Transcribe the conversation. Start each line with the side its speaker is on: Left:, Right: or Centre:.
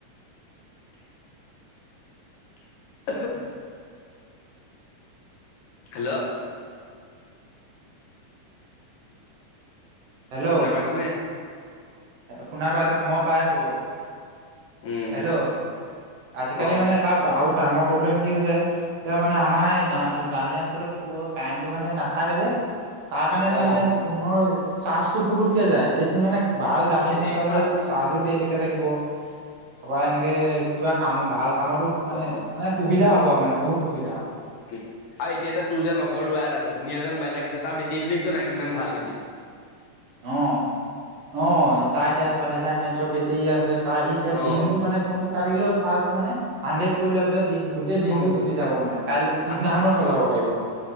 Left: <unintelligible> <inaudible> হেল্ল'
Right: হেল্ল'
Left: শুনা পাইছেনে?
Right: শুনা পাই আছো মই পাই আছো বাৰু <unintelligible>
Left: উম
Right: হেল্ল' আজিকালি
Left: অ
Right: মানে তাৰ ডাঙৰ প্ৰব্লেম কি হৈছে এতিয়া মানে আমাৰা গাঁৱলীয়া অঞ্চলত প কাৰেণ্টটো মানে নাথাকে যে <unintelligible> তাৰ কাৰণে তাৰ
Left: অ
Right: মমানে ফোনৰ চাৰ্জটো পুটুককে যায় সটো মানে। <unintelligible> ভাল দামী
Left: বেটেৰীটো
Right: ফোন এটা ললে
Left: ভাল
Right: তোৰ চাৰ্জো দেৰিলৈকে থাকিব তাৰপৰা এনেকে কিবা কামো ভাল। <unintelligible> কামতো মানে
Left: অ
Right: মানে সুবিধা হ'ব আৰু মানে বহুত। সুবিধা হ'ব
Left: আৰু এতিয়া যে তোৰ যে লগৰ লৰা এটা যে ধুনীয়া যে মবাইলাক নি <unintelligible> তাৰ বেটিটো দেখিছ নাই কিমান ভাল বেটি।
Right: অ অ তা এতিয়া ছহেজাৰ মেচৰ বেটি আছে ত ইতিয়া
Left: অ
Right: দিনতটো মানে ফোনতটো তা থাকিলেও চাৰ্টো মানে আনডেট কৰি লোৱাৰ পিছত গোটেই দিনটো
Left: অ
Right: গুচি যাব মানে কাই পিছদিনাখনো
Left: আৰু তাৰ
Right: চলাব পাৰিব